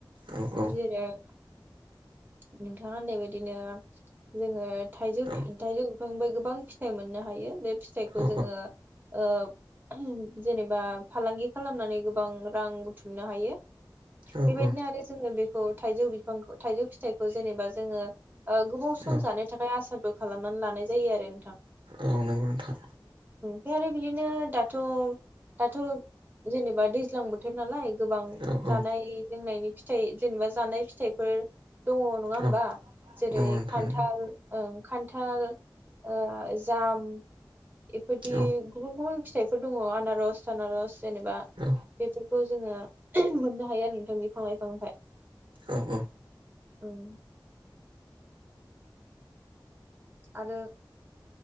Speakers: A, on the right; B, on the right.
A: औ औ
B: जेरै नोंथांङा होननाय बायदिनो जोंङो थाइजौ
A: औ
B: फि थाइजौ बिफांनिफ्राय गोबां फिथाइ मोननो हायो बे फिथाइखौ
A: औ
B: जोङो ओ <unintelligible> जेनेबा फालांगि खालामनानै गोबां रां बुथुमनो हायो।
A: औ
B: बेबायदिनो
A: औ
B: आरो जोङो बे खो थाइजौ बिफांखौ थाइजौ फिथाइ खौ जेनेबा जोङो ओ गोबाव सम
A: औ
B: जानो थाखाय आसारबो खालामनानै लानाय जायो आरो नोंथां
A: औ नंगौ नोंथां
B: फ्राय आरो बिदिनो दाथ' दाथ' जेनेबा दैज्लां बोथोर नालाय गोबां
A: औ
B: जानाय
A: औ
B: लोंनायनि फिथाइ जेनेबा जानाय फिथाइफोर दङ' नङा होमबा
A: औ नंगौ
B: जेरै
A: नोंथां
B: खान्थाल
A: नंगौ
B: ओं खान्थाल ओ जाम एफोरदि
A: औ
B: गुबुन गुबुन फिथाइफोर दङ' आनारस थानारस जेनेबा
A: औ
B: बेफोरखौ जोङो <unintelligible> मोननो हायो आरो नोंथां बिफां लाइफांनिफाय
A: औ औ
B: उम आरो